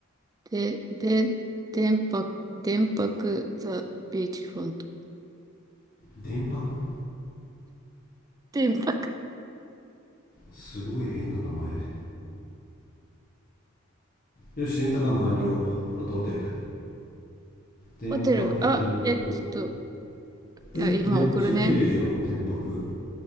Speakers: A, on the right; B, on the left.
A: で、で、電波、電波ザ・ビーチフロント。
B: 電泊
A: 天白
B: すごい変な名前よしレンタカーも完了あとホテル電泊電泊
A: ホテル。あ、え、ちょっと、いや、
B: えめっちゃ綺麗じゃん電泊
A: 今送るね。